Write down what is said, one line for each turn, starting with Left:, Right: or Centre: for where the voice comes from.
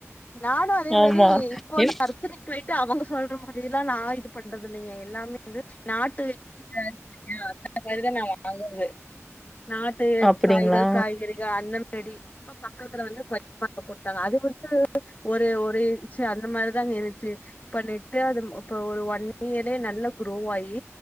Left: நானு அதே மாரி
Centre: ஆமா
Left: இப்போ
Centre: என்
Left: நர்சரி போயிட்டு அவங்க சொல்ற மாரிலா நா இது பண்றது இல்லிங்க எல்லாமே வந்து நாட்டு <unintelligible> நாட்
Centre: அப்டிங்களா
Left: காய்கள் காய்கறிகள் அந்தமரி பக்கத்துல வந்து பய கொடுத்தாங்க அது வந்து ஒரு ஒரு இச்சு அந்த மாரிதாங்க இருன்ச்சு பண்ணிட்டு அது இப்ப ஒரு ஒன் இயரே நல்ல குரோ ஆயி